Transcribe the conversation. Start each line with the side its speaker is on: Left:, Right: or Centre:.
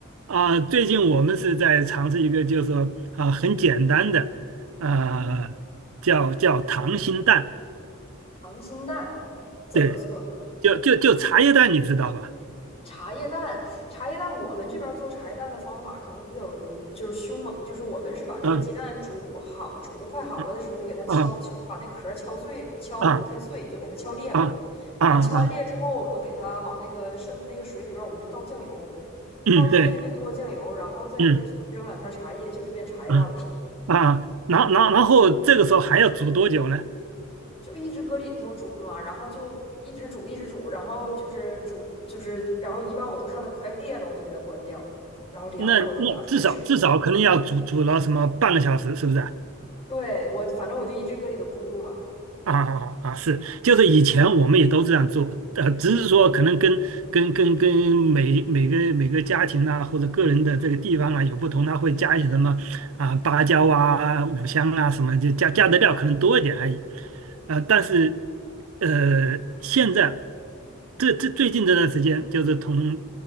Right: 啊！最近我们是在尝试一个，就是说啊，很简单的，啊，
Left: 嗯，
Right: 叫叫溏心蛋，
Left: 溏心蛋怎么做？
Right: 对。就就就茶叶蛋，你知道吧？
Left: 茶叶蛋，茶叶蛋，我们这边做茶叶蛋的方法可能比较勇，就是凶猛，就是我们是把那个鸡蛋煮好，
Right: 嗯
Left: 煮的快好了的时候，
Right: 嗯
Left: 就给它敲敲，
Right: 啊
Left: 把那壳敲碎，敲不太碎，
Right: 啊
Left: 就给它敲裂嘛。
Right: 啊啊啊！
Left: 完敲完裂之后，我们给它往那个剩那个水里边我们就倒酱油，
Right: 嗯，
Left: 倒特别特别多酱油，
Right: 对，
Left: 然后再扔两片茶叶，
Right: 嗯
Left: 这就变茶叶蛋了。
Right: 嗯
Left: <laughs>
Right: 啊，然后然后然后这个时候还要煮多久呢？
Left: 就一直搁里头煮嘛，然后就一直煮一直煮，然后就是煮就是，然后一般我都看它快裂了，我就给它关掉，然后凉了我再拿出来吃。
Right: 那那至少至少肯定要煮煮了什么半个小时，是不是啊？
Left: 对，我反正我就一直搁里头咕嘟嘛。
Right: 啊啊啊！啊是，就是以前我们也都这样做，呃，只是说可能跟跟跟跟每每个每个家庭啊，或者个人的这个地方啊有不同，他会加一些什么啊、芭蕉啊、五香啊什么，就加加的料可能多一点而已。呃，但是呃，现在这这最近这段时间，就是从